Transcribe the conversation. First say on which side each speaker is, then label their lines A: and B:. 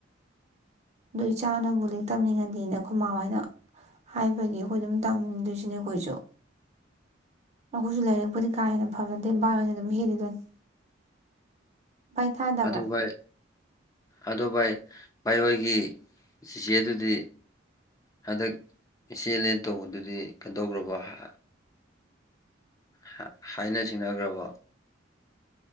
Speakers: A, on the right (about 35°); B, on the left (about 20°).
A: ꯑꯗꯨ ꯆꯥꯅꯕꯨ ꯂꯥꯏꯛ ꯇꯝꯅꯤꯡꯉꯗꯤꯅ꯫ ꯈꯣꯃꯥ ꯍꯣꯏꯅ ꯍꯥꯏꯕꯒꯤ ꯑꯈꯣꯏ ꯑꯗꯨꯝ ꯇꯝꯗꯣꯏꯁꯤꯅꯦ ꯑꯈꯣꯏꯁꯨ꯫ ꯑꯈꯣꯏꯁꯨ ꯂꯩꯥꯏꯔꯛꯄꯨꯗꯤ ꯀꯥ ꯍꯦꯟꯅ ꯐꯕ ꯅꯠꯇꯦ ꯕꯥꯏ ꯑꯣꯏꯅ ꯑꯗꯨꯝ ꯍꯦꯜꯂꯤꯗꯨꯅꯤ꯫ ꯚꯥꯏ ꯇꯥꯗꯕ꯭ꯔꯥ
B: ꯑꯗꯨ ꯚꯥꯏ ꯑꯗꯨ ꯚꯥꯏ ꯚꯥꯏ ꯍꯣꯏꯒꯤ ꯆꯤꯆꯦ ꯗꯨꯗꯤ ꯍꯟꯗꯛ ꯆꯦꯜꯂꯦ ꯇꯧꯕꯗꯨꯗꯤ ꯀꯩꯅꯧꯗꯧꯈ꯭ꯔꯕꯣ ꯍꯥ ꯍ ꯍꯥꯏꯅ ꯁꯤꯡꯅꯈꯒ꯭ꯔꯕꯣ